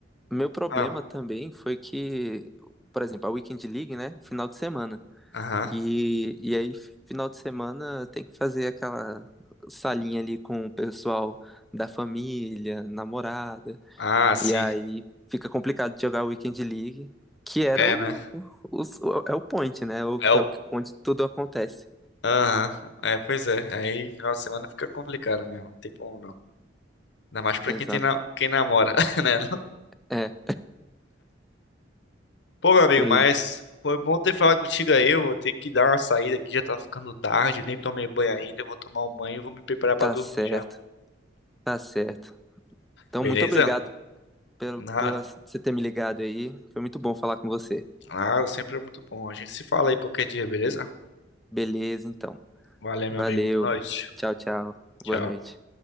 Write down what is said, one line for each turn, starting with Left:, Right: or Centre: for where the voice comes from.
Centre: meu problema
Left: Ah,
Centre: também foi que, por exemplo, a Weekend League, né? Final de semana.
Left: aham.
Centre: E, e aí, final de semana, tem que fazer aquela salinha ali com o pessoal da família, namorada,
Left: Ah, sim.
Centre: E aí fica complicado de jogar Weekend League, que era
Left: É,
Centre: o,
Left: né?
Centre: o, o- é o point, né? É O,
Left: É o.
Centre: é o, onde tudo acontece.
Left: Aham. É, pois é. Aí, final de semana fica complicado mesmo. Não tem como não. Ainda mais pra
Centre: Exato.
Left: quem tem na... quem namora, <laughs> né?
Centre: É,
Left: Pô, meu amigo,
Centre: pois
Left: mas foi bom ter falado contigo aí. Eu vou ter que dar uma saída aqui, já tá ficando tarde, eu nem tomei banho ainda. Eu vou tomar um banho e vou me preparar pra
Centre: tá
Left: dormir
Centre: certo,
Left: já.
Centre: tá certo. Então,
Left: Beleza?
Centre: muito obrigado pelo,
Left: Ah,
Centre: pela você ter me ligado aí. Foi muito bom falar com você.
Left: ah, sempre é muito bom. A gente se fala aí qualquer dia, beleza?
Centre: Beleza, então.
Left: Valeu,
Centre: Valeu.
Left: meu amigo. Boa noite.
Centre: Tchau, tchau.
Left: Tchau.
Centre: Boa noite.